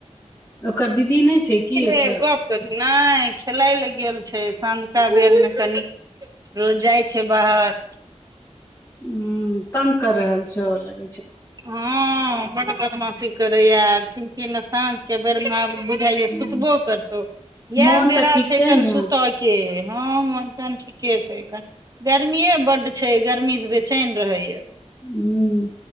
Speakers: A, on the left (about 20°); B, on the right (about 30°).
A: ओकर दीदी नहि छैय की ओतऽ
B: फेर गप कर नहि खेलैल गेल छैय संंझका बेरमे कनि रोज जाय छैय बाहर
A: हूँ तंग क रहल छौ लग
B: हँ बड बदमाशी करैये की न की साँझ के बेरमे बुझायये
A: हूँ।
B: सुतबो करतौ इहे
A: मोन
B: बेरा
A: तऽ ठीक
B: छैय
A: छै
B: एकर
A: ने
B: सुतऽ
A: ह
B: के हँ मन के छैय एखन गर्मिये बड्ड छैय गर्मी स बेचैन रहैये
A: हुँ